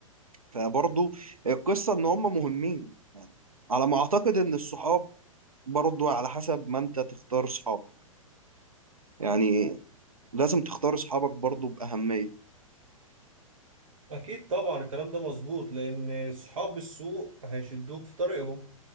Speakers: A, on the right; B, on the right.
A: فبرضه القصة ان هم مهمين على ما اعتقد ان الصحاب برضه على حسب ما انت تختار صحابك يعني لازم تختار صحابك برضه بأهمية
B: أكيد طبعا الكلام ده مظبوط لأن صحاب السوء هيشدوك في طريقهم